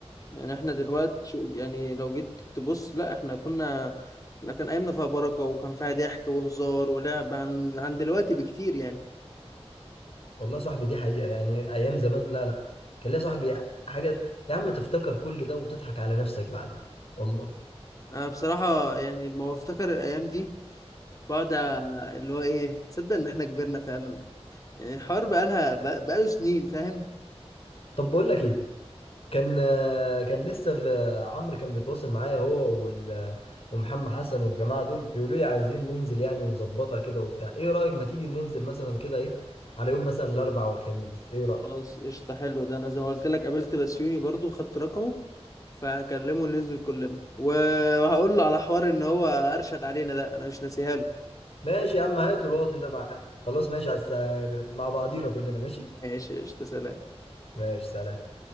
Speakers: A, on the left; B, on the left.
A: يعني احنا دلوقتي شو يعني لو جيت تبص لا احنا كنا لا كان أيامنا فيها بركة وكان فيها ضحك وهزار ولعب عن عن دلوقتي بكتير يعني
B: والله يا صاحبي دي حقيقة يعني أيام زمان لا لا كان ليا صاحبي حاجة يا عم تفتكر كل ده وتضحك على نفسك بعدين والله
A: أنا بصراحة يعني لما بفتكر الأيام دي بقعد اللي هو ايه تصدق إن احنا كبرنا فعلا يعني الحوار بقالها بقاله سنين فاهم
B: طب بقول لك إيه كان كان لسه في عمرو كان بيتواصل معايا هو وال... ومحمد حسن والجماعة دول بيقولوا لي عايزين ننزل يعني ونظبطها كده وبتاع إيه رأيك ما تيجي ننزل مثلا كده إيه على يوم مثلا الأربع والخميس إيه رأيك
A: خلاص قشطة حلو ده أنا زي ما قلت لك قابلت بسيوني برضو خدت رقمه فهكلمه ننزل كلنا وهقول له على حوار إن هو أرشد علينا ده أنا مش ناسيها له
B: ماشي يا عم هات الواطي ده معاك خلاص ماشي على الس... مع بعضينا كلنا ماشي
A: ماشي قشطة سلام
B: ماشي سلام